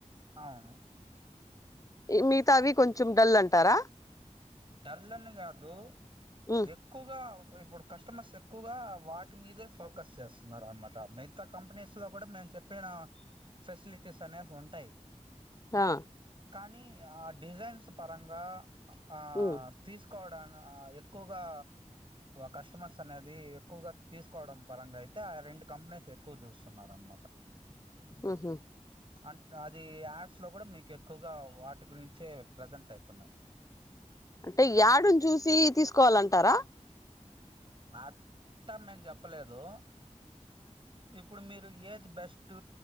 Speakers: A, on the right; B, on the left.
A: అవును
B: మిగతావి కొంచెం డల్ అంటారా
A: డల్ అని కాదు
B: ఉమ్
A: ఎక్కువగా ఇప్పుడు కస్టమర్స్ ఎక్కువగా వాటి మీదే ఫోకస్ చేస్తున్నారు అనమాట మిగతా కంపెనీస్ లో కూడా మేము చెప్పిన ఫెసిలిటీస్ అనేవి ఉంటాయి
B: ఆ
A: కానీ ఆ డిజైన్స్ పరంగా ఆ
B: ఉమ్
A: తీసుకు తీసుకోవడా ఎక్కువగా కస్టమర్స్ అనేది ఎక్కువగా తీసుకోవడం పరంగా అయితే ఆ రెండు కంపెనీస్ ఎక్కువ చూస్తున్నారు అనమాట
B: హ్ హ్
A: అంట అది యాడ్స్ లో కూడా మీకు ఎక్కువగా వాటి గురించే ప్రజెంట్ అయితున్నాయి
B: అంటే యాడుని చూసి తీసుకోవాలంటారా
A: అట్ట మేము చెప్పలేదు ఇప్పుడు మీరు ఏది బెస్ట్